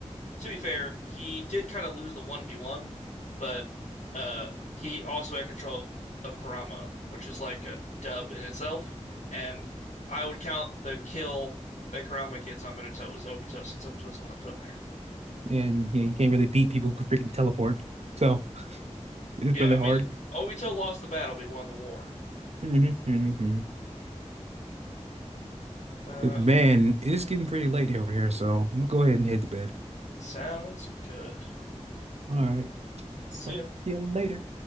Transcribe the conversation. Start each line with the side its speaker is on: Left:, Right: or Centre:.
Left: to be fair, he did kind of lose the 1v1, but uh he also had control of Kurama, which is like a dub in itself. And I would count the kill that Kurama gets on Minato as Obito, since Obito's the one that put him there.
Right: And you know you can't really beat people who can freaking teleport. So it's
Left: Yeah,
Right: really
Left: I mean,
Right: hard.
Left: Obito lost the battle, but he won the war.
Right: hmm hmm
Left: Uh,
Right: But man, it is getting pretty late over here, so I'm gonna go ahead and head to bed.
Left: sounds good.
Right: All right.
Left: See
Right: Talk
Left: ya.
Right: to you later.